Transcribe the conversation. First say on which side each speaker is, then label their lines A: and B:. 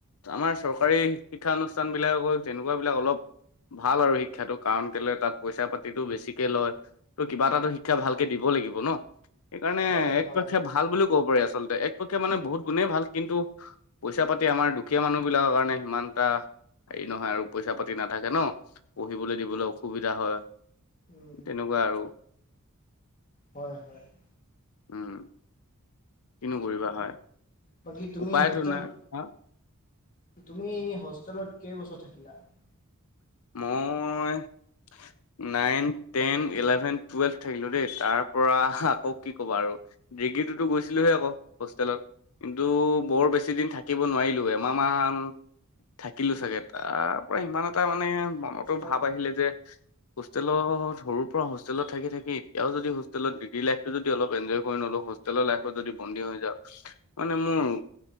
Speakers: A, on the left; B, on the left.
A: আমাৰ চৰকাৰী শিক্ষা অনুষ্ঠানবিলাককো তেনেকুৱাবিলাক অলপ <inaudible> ভাল আৰু শিক্ষাটো কাৰণ কেলৈ তাত পইচা পাতিটো বেছিকে লয়। <inaudible> ত কিবা এটাতো শিক্ষা ভালকে দিব লাগিব ন সেইকাৰণে
B: হয়
A: একপক্ষে
B: হয়
A: <unintelligible> ভাল বুলিও ক'ব পাৰি আচলতে একপক্ষে মানে বহুত গুণেই ভাল কিন্তু <unintelligible> পইচা পাতি আমাৰ দুখীয়া মানুহ বিলাকৰ কাৰণে সিমান এটা হেৰি নহয় আৰু পইচা পাতি না <unintelligible> থাকে ন। পঢ়িবলৈ দিবলৈ অসুবিধা হয়
B: উম
A: তেনেকুৱা আৰু। <unintelligible>
B: হয়-হয়। <unintelligible>
A: উম! কিনো কৰিবা হয়?
B: বাকী তুমি
A: উপায়টো
B: হোষ্টেলত
A: নাই হা <unintelligible>
B: তুমি হোষ্টেলত কেইবছৰ থাকিলা? <unintelligible>
A: মই <inaudible> নাইন, টেন, ইলেভেন, টুৱেলভ থাকিলো দেই তাৰ পৰা আকৌ কি ক'বা আৰু <unintelligible> ডিগ্ৰীটোতো গৈছিলোহে আকৌ হোষ্টেলত। <inaudible> কিন্তু বৰ বেছিদিন থাকিব নোৱাৰিলোঁ এমাহমান <unintelligible> থাকিলো চাগে তাৰ পৰা ইমান এটা মানে মনতো
B: হয়
A: ভাৱ আহিলে যে <unintelligible> হোষ্টেলত সৰুৰ পৰা হোষ্টেলত থাকি-থাকি এতিয়াও যদি হোষ্টেলত ডিগ্ৰী লাইফটো যদি অলপ এনজয় কৰি নলওঁ <unintelligible> হোষ্টেলৰ লাইফত যদি বন্দী হৈ যাওঁ। মানে মোৰ <inaudible>